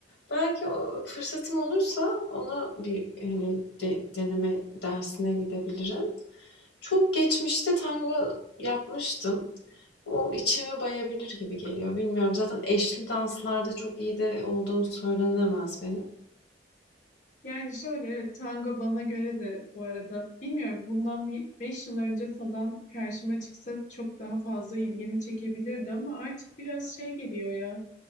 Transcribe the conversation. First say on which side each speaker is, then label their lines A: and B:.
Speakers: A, on the left; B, on the left.
A: belki o fırsatım olursa ona bir hani de- deneme dersine gidebilirim. Çok geçmişte tango yapmıştım. O içimi bayabilir gibi geliyor. Bilmiyorum. Zaten eşli danslarda çok iyi de olduğum söylenemez benim.
B: Yani şöyle evet tango bana göre de bu arada bilmiyorum bundan bir 5 yıl önce falan karşıma çıksa çok daha fazla ilgimi çekebilirdi ama artık biraz şey geliyor ya